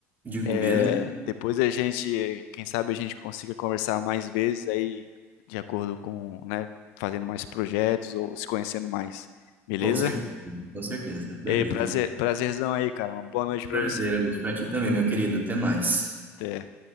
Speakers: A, on the right; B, on the left.
A: Digo mesmo,
B: É, depois a gente, quem sabe a gente consiga conversar mais vezes aí, de acordo com, né, fazendo mais projetos ou se conhecendo mais. Beleza?
A: com certeza, com certeza. Beleza.
B: Ei, prazer, prazerzão aí, cara. Uma boa noite pra
A: Prazer,
B: você, viu?
A: Augusto. Pra ti também, meu querido. Até mais.
B: Até.